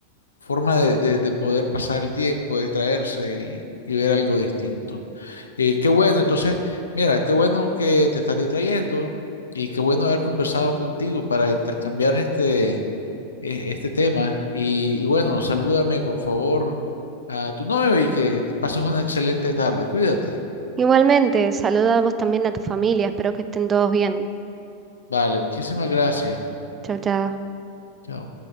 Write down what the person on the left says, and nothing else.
forma de, de- de poder pasar el tiempo, distraerse y, y ver algo distinto. Eh, qué bueno, entonces, mira, qué bueno que te estás distrayendo y qué bueno haber conversado contigo para intercambiar este eh, este tema. Y, y bueno, salúdame por favor a tu novio y que pases una excelente tarde. Cuídate.
Vale, muchísimas gracias.
Chao.